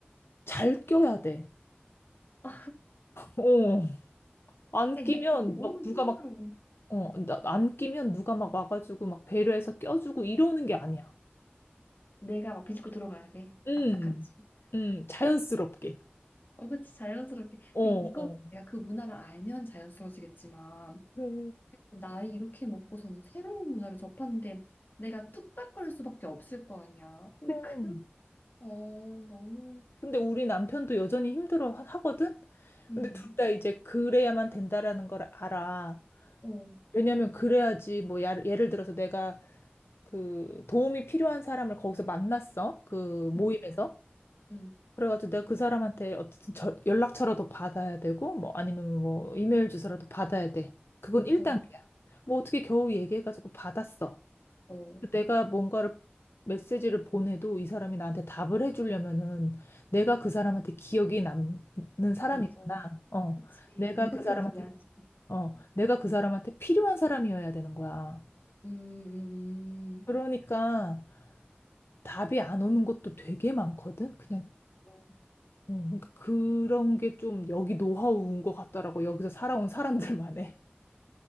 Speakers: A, on the left; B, on the left.
A: 잘 껴야 돼.
B: 아,
A: 어. 안
B: 이게
A: 끼면
B: 너무
A: 막 누가
B: 힘들어.
A: 막, 어, 나- 안 끼면 누가 막 와가지고 막 배려해서 껴주고 이러는 게 아니야.
B: 내가 막 비집고 들어가야 돼.
A: 음,
B: 악착같이.
A: 음, 자연스럽게.
B: 어, 그치, 자연스럽게.
A: 어, 어.
B: 아니, 이거 내가 그 문화를 알면 자연스러워지겠지만,
A: 그래.
B: 나이 이렇게 먹고서는 새로운 문화를 접하는데 내가 뚝딱거릴 수밖에 없을 거 아니야. 근데
A: 그럼.
B: 그, 어, 너무,
A: 근데 우리 남편도 여전히 힘들어 하- 하거든?
B: 음,
A: 근데 둘 다 이제 그래야만 된다라는 걸 알아.
B: 어,
A: 왜냐면 그래야지 뭐 야- 예를 들어서 내가 그 도움이 필요한 사람을 거기서 만났어. 그 모임에서.
B: 음, 음,
A: 그래가지고 내가 그 사람한테 어쨌든 저- 연락처라도 받아야 되고 뭐 아니면 뭐 이메일 주소라도 받아야 돼. 그건 1단계야.
B: 어,
A: 뭐 어떻게 겨우 얘기해가지고 받았어.
B: 어,
A: 내가 뭔가를 메시지를 보내도 이 사람이 나한테 답을 해주려면은 내가 그 사람한테 기억이 남는 사람이구나.
B: 맞아.
A: 어,
B: 그치,
A: 내가
B: 임팩트를
A: 그 사람한테
B: 줘야지.
A: 어, 내가 그 사람한테 필요한 사람이어야 되는 거야.
B: 음, 음, 음.
A: 그러니까 답이 안 오는 것도 되게 많거든. 그냥
B: 어,
A: 음, 그러니까 그런 게 좀 여기 노하우인 것 같더라고. 여기서 살아온 사람들만의.